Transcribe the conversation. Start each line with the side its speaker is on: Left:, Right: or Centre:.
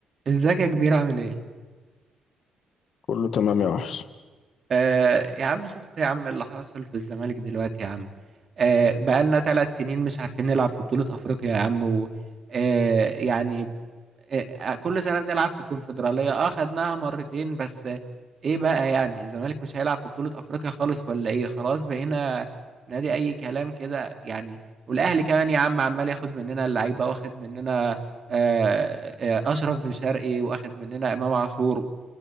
Right: ازيك يا كبير عامل ايه؟
Left: كله تمام يا وحش
Right: آه يا عم شفت يا عم اللي حصل في الزمالك دلوقتي يا عم آه بقالنا ثلاث سنين مش عارفين نلعب في بطولة أفريقيا يا عم و آه يعني آه آه، كل سنة بنلعب في الكونفدرالية اه خدناها مرتين بس آه ايه بقى يعني الزمالك مش هيلعب في بطولة أفريقيا خالص ولا ايه؟ خلاص بقينا نادي أي كلام كده يعني والأهلي كمان يا عم عمال ياخد مننا اللعيبة واخد مننا آه، آه، أشرف بن شرقي واخد مننا إمام عاشور